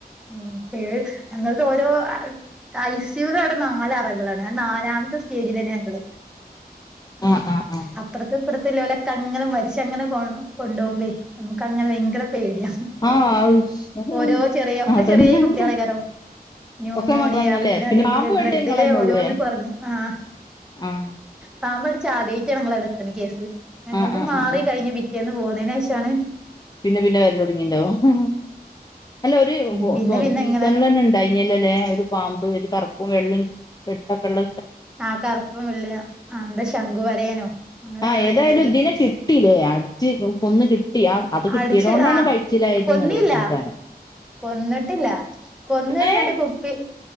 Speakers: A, in the centre; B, on the left.
A: ഉ പേഴ് ഞങ്ങളുടെ ഓരോ <unintelligible> അവിടെ നാല് അറകളാണ് ഞാൻ നാലാമത്തെ സ്റ്റേജില്ലെന്നു ഞങ്ങള്
B: ആഹ്‌ ആഹ്‌ ആഹ്‌
A: അപ്പുറത്തെ ഇപ്പുറത്ത ഇളൊലെക്കെ അങ്ങനെ മരിച്ച് അങ്ങനെ കൊ കൊണ്ടോവുമ്പേ നമുക്ക് അങ്ങനെ ഭയങ്കര പേടിയാ
B: ആഹ് ആഹ്
A: ഓരോ ചെറിയ ഒക്കെ
B: അതന്നെ
A: ചെറിയ കുട്ടികളികാരം ന്യൂമോണിയ
B: ഒക്കെ മക്കളന്നല്ലേ
A: പിന്നെ അതേപോലെ
B: പാമ്പ്
A: ബ്ലഡിലെ
B: കടിച്ചത് ഇങ്ങളന്നെ
A: ഓരോന്ന്
B: ഉള്ളൂ ല്ലേ
A: കുറഞ്ഞു ആഹ്
B: ആഹ്
A: പാമ്പ് കടിച് ആദ്യമായിയിട്ട ഞങ്ങള അവിടെ എത്തണ കേസ് ഞങ്ങളത്
B: ആഹ് ആഹ്
A: മാറി
B: ആഹ് ആഹ്
A: കഴിഞ്ഞഞ് പിറ്റേന്ന് പോന്നേനുശേഷാണ്
B: പിന്നെ പിന്നെ വരലോടങ്ങീണ്ടാവും അല്ല ഒരു
A: ഉം പിന്നെ പിന്നെ
B: സീസണില്
A: ഇങ്ങനെ
B: തന്നെ കഴിഞ്ഞല്ലോ ല്ലെ ഒരു പാമ്പ് ഒരു കറുപ്പും വെള്ളയും വെട്ടൊക്കെുള്ള
A: ആ കറുപ്പും വെള്ള ആ എന്താ ശംഖു വരയനോ അങ്ങനെ
B: ആഹ്
A: എന്താ വിട്ട്
B: <unintelligible> കിട്ടില്ലേ അടിച്ച് കൊന്ന് കിട്ടി അത് കിട്ടിയത്
A: അടിച്ച്
B: കൊണ്ടാണ്
A: ആഹ്
B: കഴിച്ചില്ലായത്ങ്ങള്
A: കൊന്നില്ല
B: കരുതീട്ടാണ്
A: കൊന്നിട്ടില്ല കൊന്ന് വെച്ചട്ട
B: ഏഹ്
A: കുപ്പി